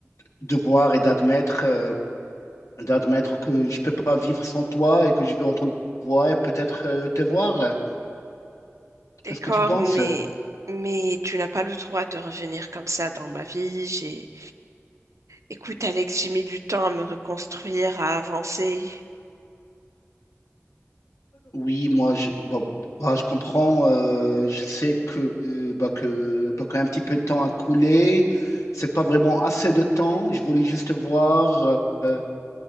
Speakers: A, on the left; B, on the right.
A: de voir et d'admettre euh, d'admettre que je peux pas vivre sans toi et que je veux entendre ta voix et peut-être euh, te voir.
B: D'accord,
A: Qu'est-ce que tu penses?
B: mais mais tu n'as pas le droit de revenir comme ça dans ma vie. J'ai, écoute Alex, j'ai mis du temps à me reconstruire, à avancer.
A: Oui, moi, je, bah, bah, je comprends. euh, je sais que, euh, bah, que bah, qu'un petit peu de temps a coulé. C'est pas vraiment assez de temps. Je voulais juste voir euh,